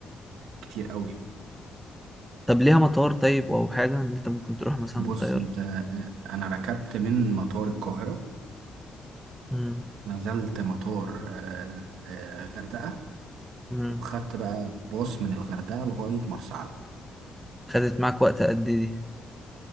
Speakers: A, on the right; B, in the centre.
A: كتير قوي
B: طب ليها مطار طيب او حاجة ان انت ممكن تروح مثلا
A: بص
B: بطيارة
A: أنت أنا ركبت من مطار القاهرة
B: امم
A: نزلت مطار آه، آه، غردقة
B: امم
A: وخدت بقى باص من الغردقة لغاية مرسى علم
B: خدت معاك وقت قد ايه دي